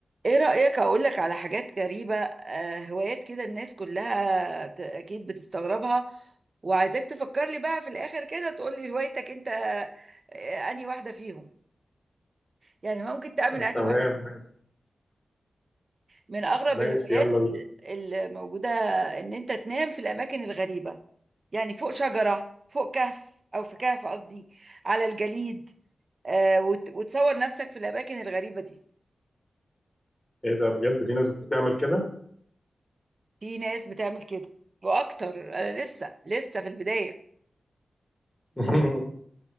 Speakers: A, on the right (about 35°); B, on the left (about 15°).
A: ايه رأيك اقول لك على حاجات غريبة آه هوايات كده الناس كلها ت- اكيد بتستغربها وعايزاك تفكر لي بقى في الاخر كده تقول لي هوايتك انت آه انهي واحدة فيهم يعني ممكن تعمل
B: آه،
A: انهي
B: تمام
A: واحدة
B: ماشي
A: من اغرب
B: ماشي
A: الهوايات
B: يلا
A: ال-
B: بينا
A: اللي موجودة ان انت تنام في الاماكن الغريبة يعني فوق شجرة فوق كهف او في كهف قصدي على الجليد آه وت- وتصور نفسك في الاماكن الغريبة دي
B: ايه ده بجد في ناس بتعمل كده
A: في ناس بتعمل كده واكتر انا لسه لسه في البداية
B: <laughs>